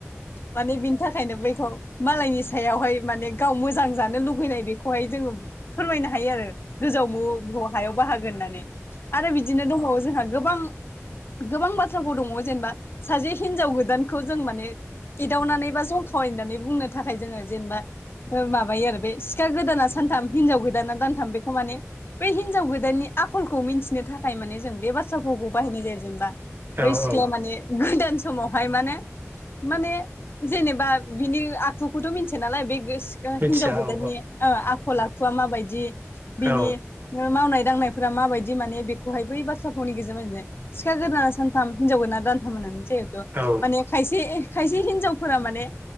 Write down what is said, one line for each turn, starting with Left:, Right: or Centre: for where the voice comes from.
Left: माने बिनि थाखायनो बैखौ मालायनि सायावहाय माने गाव मोजां जानो लुुबैनाय बेखौहाय जोङो फोरमायनो हायो आरो गोजाव मोफौ हायाव बाहागो होननानै आरो बिदिनो दंबावो जोंहा गोबां गोबां बाथ्राफोर दङ जेनेबा सासे हिनजाव गोदानखौ जों माने एदावनानै बा जंखवायनानै बुंनो थाखाय जोङो जेनेबा ओ माबायो आरो बे सि सिखा गोदाना सानथाम हिनजाव गोदाना दानथाम बेखौ माने बै हिनजाव गोदाननि आखलखौ मिन्थिनो थाखाय माने जों बे बा थ्रा फावखौ बाहायनाय जायो जेनेबा
Right: औ
Left: बै सिख्लाया
Right: औ
Left: माने गोदान समावहाय माने माने जेनेबा बिनि आखुखौथ' मिथिया नालाय बे गोस ओ
Right: मिथिया
Left: हिनजावगोदाननि
Right: औ
Left: ओ आखल आखुवा माबायदि बिनि
Right: औ
Left: ओ मावनाय दांनायफोरा माबायदि माने बेखौहाय बै बाथ्रा फावनि गेजेरजों मिथियो सिखा गोदाना सानथाम हिनजाव गोदाना दानथाम होननानै जिहेथु
Right: औ
Left: माने खायसे खायसे हिनजावफोरा माने